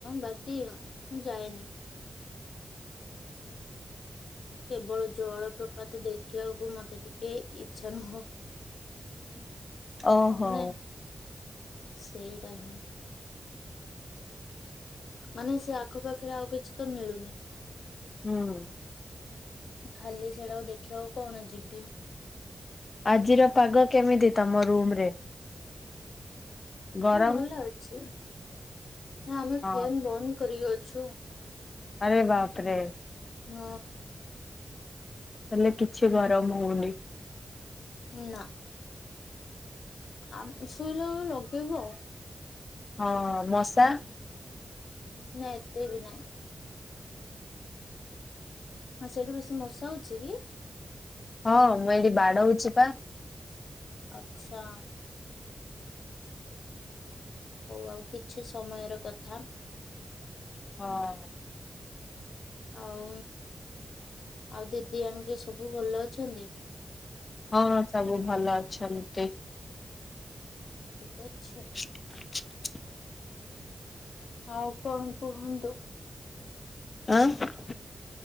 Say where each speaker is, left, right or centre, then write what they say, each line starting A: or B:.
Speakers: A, on the left; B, on the left.
A: ବାକି ମୁଁ ଯାଇନି। କେବଳ ଜଳପ୍ରପାତ ଦେଖିବାକୁ ମତେ ଟିକେ ଇଛା ନୁହଁ।
B: ଓହୋ।
A: ନା ସେଇଟା ହଁ। ମାନେ ସେ ଆଖପାଖରେ ଆଉ କିଛି ତ ମିଳୁନି।
B: ହୁଁ।
A: ଖାଲି ସେଇଟାକୁ ଦେଖିବାକୁ କଣ ଯିବି।
B: ଆଜିର ପାଗ କେମିତି ତମ ରୁମ ରେ? ଗରମ?
A: ହଁ ଭଲ ଅଛି ନା ଆମେ
B: ହଁ।
A: ଫ୍ୟନ୍ ବନ୍ଦ କରିକି ଅଛୁ।
B: ଆରେ ବାପରେ।
A: ହୁଁ।
B: ହେଲେ କିଛି ଗରମ ହଉନି।
A: ନା। ଆ ଶୋଇଲାଳୁ ଲଗେଇବ।
B: ହଁ ମଶା
A: ନା ଏତେ ବି ନାଇଁ। ଆଉ ସେଇଠି ବେଶୀ ମଶା ହଉଛି କି?
B: ହଁ ମୁଁ ଏଇଠି ବାଡଉଛି ପା।
A: ଆଛା। ହଉ ଆଉ କିଛି ସମୟର କଥା।
B: ହଁ।
A: ଆଉ ଆଉ ଦିଦି ଆଙ୍କେ ସବୁ ଭଲ ଅଛନ୍ତି?
B: ହଁ ସବୁ ଭଲ ଅଛନ୍ତି।
A: ଠିକ ଅଛ?
B: <unintelligible>
A: ଆଉ କଣ କୁହନ୍ତୁ।
B: ଆନାଁ